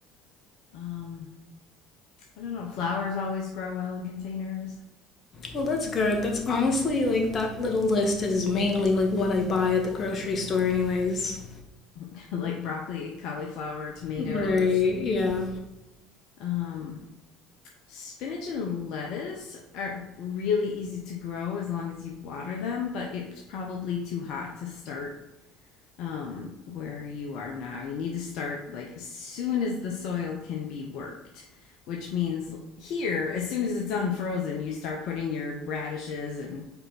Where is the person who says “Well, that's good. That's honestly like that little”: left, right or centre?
Left